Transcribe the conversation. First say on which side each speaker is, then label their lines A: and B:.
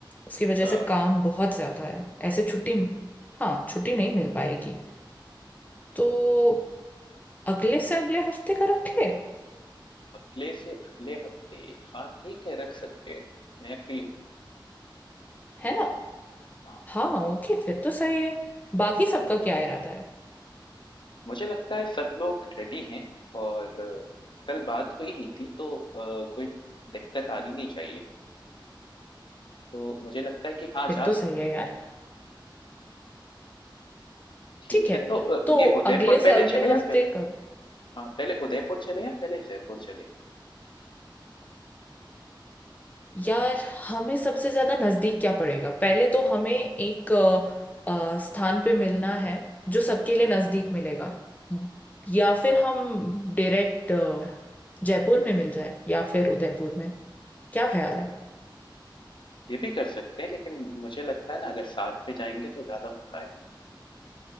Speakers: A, on the left; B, on the left.
A: उसकी
B: अच्छा,
A: वजह से काम बहुत ज्यादा है ऐसे छुट्टी हाँ छुट्टी नहीं मिल पाएगी तो अगले से अगले हफ्ते का रख ले
B: अगले से अगले हफ्ते, हाँ, ठीक है रख सकते हैं, मैं फ्री हूँ।
A: है ना
B: हाँ,
A: हाँ ओके फिर तो सही है बाकी सबका क्या इरादा है
B: मुझे लगता है सब लोग रेडी हैं और अ, कल बात हुई ही थी तो अ, कोई दिक्कत आनी नहीं चाहिए। तो मुझे लगता है कि हाँ, जा
A: फिर तो सही
B: सकते
A: है
B: हैं।
A: यार
B: ठीक
A: ठीक है
B: है तो अ,
A: तो
B: ये उदयपुर
A: अगले से
B: पहले
A: अगले
B: चले या
A: हफ्ते
B: पहले
A: का
B: हाँ, पहले उदयपुर चले या पहले जयपुर चले?
A: यार हमें सबसे ज्यादा नजदीक क्या पड़ेगा पहले तो हमें एक अ, अ, स्थान पे मिलना है जो सबके लिए नजदीक मिलेगा या फिर हम डायरेक्ट जयपुर में मिल जाए या फिर उदयपुर में क्या ख्याल है
B: ये भी कर सकते हैं, लेकिन मुझे लगता है ना अगर साथ में जाएँगे तो ज़्यादा मज़ा आएगा।